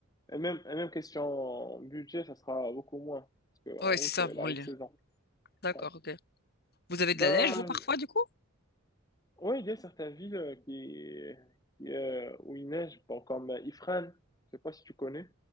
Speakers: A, on the left; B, on the left.
A: Et même, et même question budget, ça sera beaucoup moins. Parce qu'en
B: Ouais, c'est
A: août, c'est
B: ça pour
A: la haute
B: le.
A: saison.
B: D'accord,
A: Ouais.
B: ok. Vous avez
A: Ben,
B: de la neige, vous, parfois, du coup?
A: oui, il y a certaines villes euh, qui, qui, euh, où il neige, bon, comme euh, Ifrane. Je sais pas si tu connais,